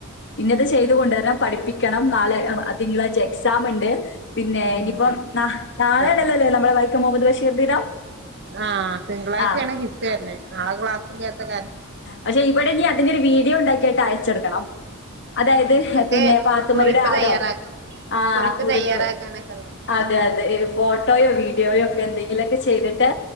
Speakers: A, on the left (about 55°); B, on the right (about 50°).
A: ഇന്നിത് ചെയ്ത കൊണ്ടര്ണം പഠിപ്പിക്കണം നാളെ തിങ്കളായ്ച എക്സാം ഇണ്ട് പിന്നെ
B: ഉം
A: ഇനിപ്പം
B: അത്
A: നാളേണെല്ലൊലേ നമ്മളെ വൈക്കം മൊഹമ്മദ് ബഷീർ ദിനം
B: ആഹ് തിങ്കളായ്ച്യാണ്
A: ആഹ്
B: ഹിസ്റ്റെര്ന്നെ നാളെ ക്ലാസ്സില്ലാത്ത കാര്
A: പഷെ ഇവടെനി അതിൻ്റൊരു വീഡിയോ ഇണ്ടാക്കീട്ട് അയച്ചൊട്ക്കണം അതായ്ത്
B: ആഹ് ഞങ്ങൾക്ക്
A: പിന്നെ പാത്തുമ്മയുടെ
B: കുറിപ്പ്
A: ആടോ
B: തയ്യാറാക്ക
A: ആഹ് കുറിപ്പ്
B: തയ്യാറാക്കാനൊക്കെ ഉണ്ട്
A: അതെ അത് ഇ ഫോട്ടോയോ വീഡിയോയോ ഒക്കെ എന്തെങ്കിലൊക്കെ ചെയ്തിട്ട്